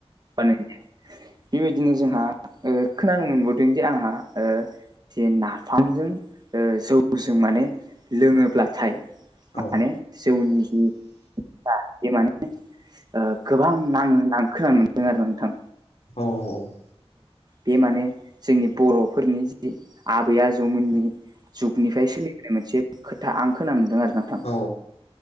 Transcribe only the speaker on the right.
बानायनो बेबायदिनो जोंहा ओ खोनानो मोनबावदों जे आंहा जे नाफामजों जौजों माने लोङोब्लाथाय माने
जौनि जि बे माने ओ गोबां नाङो होन खोनानो मोनदों आरो नोंथां।
बे माने जोंनि बर'फोरनि जि आबै आजौमोननि जुगनि फ्राय सोलिनाय मोनसे खोथा आं खोन मोनदों आरो नोंथां